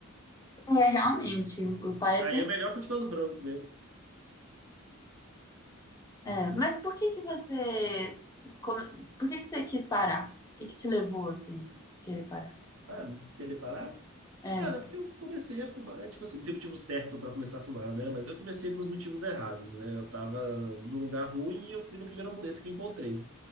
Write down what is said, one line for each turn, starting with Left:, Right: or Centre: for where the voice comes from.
Left: É, realmente, o pai é
Right: Aí
Left: tem.
Right: é melhor continuar no branco mesmo.
Left: É. Mas por que que você. come- Por que que você quis parar? O que que te levou, assim, a querer parar?
Right: Ah, quer parar?
Left: É.
Right: Cara, é porque eu comecei a fumar, né? tipo assim, não tem motivo certo pra começar a fumar, né? Mas eu comecei pelos motivos errados, né? Eu tava num lugar ruim e eu fui na primeira muleta que eu encontrei.